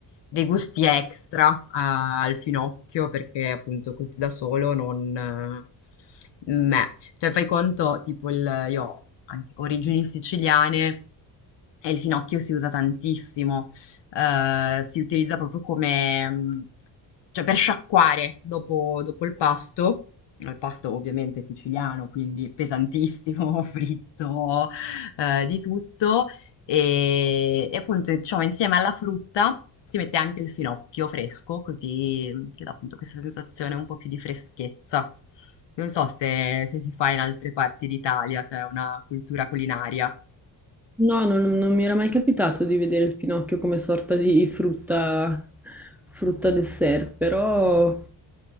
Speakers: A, on the left; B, in the centre.
A: dei gusti extra a- al finocchio perché appunto così da solo non... eh, meh. Cioè fai conto, tipo il, io ho anche origini siciliane e il finocchio si usa tantissimo, Eh, si utilizza proprio come... mh, cioè per sciacquare dopo dopo il pasto. Il pasto ovviamente siciliano, quindi pesantissimo, <laughs> fritto, eh, di tutto. E, e appunto, diciamo, insieme alla frutta si mette anche il finocchio fresco, così mm, che dà appunto questa sensazione un po' più di freschezza. Non so se, se si fa in altre parti d'Italia, se è una cultura culinaria.
B: No, non, non mi era mai capitato di vedere il finocchio come sorta di frutta, frutta dessert, però